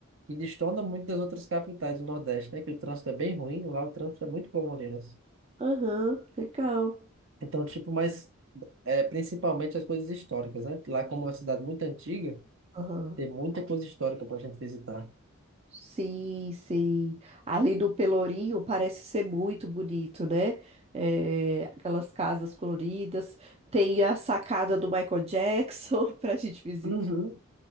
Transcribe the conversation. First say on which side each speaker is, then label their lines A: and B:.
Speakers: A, on the right; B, on the right.
A: e destona muito das outras capitais do Nordeste, né? Que o trânsito é bem ruim, lá o trânsito é muito bom, aliás.
B: Aham, legal.
A: Então, tipo, mas é, principalmente as coisas históricas, né? Lá, como é uma cidade muito antiga,
B: Aham.
A: tem muita coisa histórica para a gente visitar.
B: Sim, sim. Ali no Pelourinho parece ser muito bonito, né? É, aquelas casas coloridas. Tem a sacada do Michael Jackson <laughs> para a gente visitar.
A: Uhum,